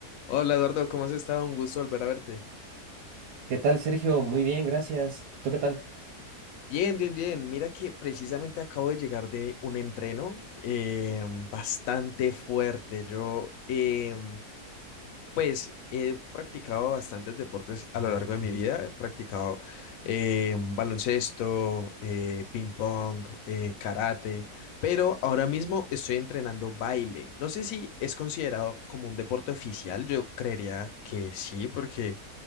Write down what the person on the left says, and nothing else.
Hola Eduardo, ¿cómo has estado? Un gusto volver a verte.
Bien, bien, bien. Mira que precisamente acabo de llegar de un entreno em, bastante fuerte. Yo, em, pues, he practicado bastantes deportes a lo largo de mi vida. He practicado em, baloncesto, eh, ping pong, eh, karate, pero ahora mismo estoy entrenando baile. No sé si es considerado como un deporte oficial. Yo creería que sí, porque